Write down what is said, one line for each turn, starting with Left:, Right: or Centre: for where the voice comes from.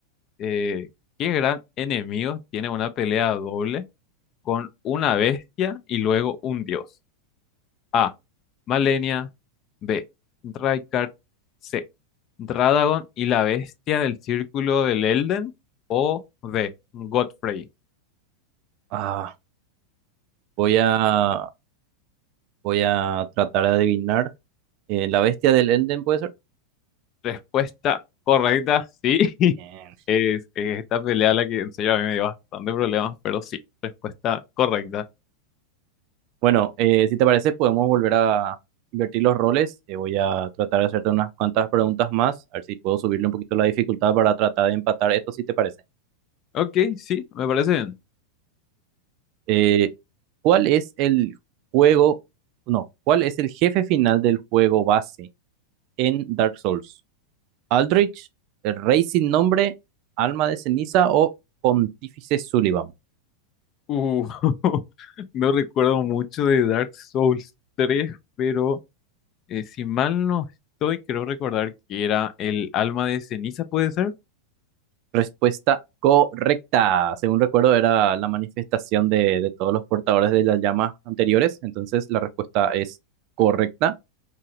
Left: Eh, ¿qué gran enemigo tiene una pelea doble con una bestia y luego un dios? A. Malenia. B. Raikard. C. Dradagon y la bestia del círculo del Elden. O D. Godfrey.
Right: Ah, voy a, voy a tratar de adivinar. Eh, ¿la bestia del Elden puede ser?
Left: Respuesta correcta, sí. <laughs>
Right: Bien.
Left: Es, es esta pelea la que en serio a mí me dio bastante problemas, pero sí, respuesta correcta.
Right: Bueno, eh, si te parece, podemos volver a invertir los roles. Eh, voy a tratar de hacerte unas cuantas preguntas más, a ver si puedo subirle un poquito la dificultad para tratar de empatar esto, si te parece.
Left: Ok, sí, me parece bien.
Right: Eh, ¿cuál es el juego, no, cuál es el jefe final del juego base en Dark Souls? ¿Aldrich, el Rey sin nombre, Alma de ceniza o Pontífice Sullivan?
Left: Uh, <laughs> no recuerdo mucho de Dark Souls tres pero eh, si mal no estoy, creo recordar que era el alma de ceniza, ¿puede ser?
Right: Respuesta correcta. Según recuerdo, era la manifestación de, de todos los portadores de las llamas anteriores. Entonces, la respuesta es correcta.